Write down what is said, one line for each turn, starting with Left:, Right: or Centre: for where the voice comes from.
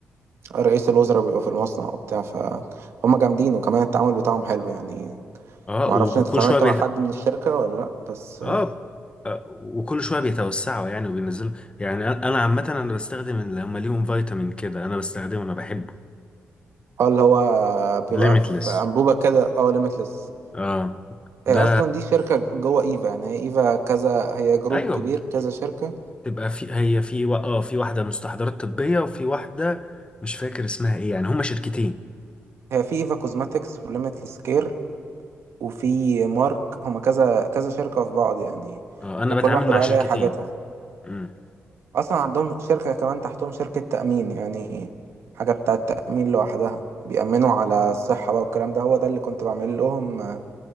Right: رئيس الوزراء بيبقى في المصنع وبتاع فهم جامدين وكمان التعامل بتاعهم حلو يعني
Left: اه
Right: ما
Left: وكل
Right: اعرفش انت اتعاملت
Left: شوية بيت...
Right: مع حد من الشركه ولا لا بس
Left: اه آه، وكل شويه بيتوسعوا يعني وبينزلوا يعني انا أنا عامه انا بستخدم اللي هم ليهم فيتامين كده انا بستخدمه انا بحبه
Right: اه اللي هو بيبقى
Left: ليميتلس
Right: في انبوبه كده اه ليميتلس
Left: اه ده
Right: هي اصلا دي شركه جوه ايفا يعني هي ايفا كذا هي جروب
Left: ايوه
Right: كبير كذا شركه
Left: تبقى في هي في و... اه في واحدة مستحضرات طبية وفي واحدة مش فاكر اسمها ايه يعني هما شركتين
Right: هي في ايفا كوزماتكس وليميتلس كير وفي مارك هما كذا كذا شركه في بعض يعني
Left: اه انا
Right: وكل
Left: بتعامل
Right: واحده
Left: مع
Right: بقى
Left: شركتين
Right: ليها حاجاتها
Left: امم
Right: اصلا عندهم شركه كمان تحتهم شركه تامين يعني حاجه بتاعه تامين لوحدها بيأمنوا على الصحة بقى والكلام ده هو ده اللي كنت بعمل لهم آه،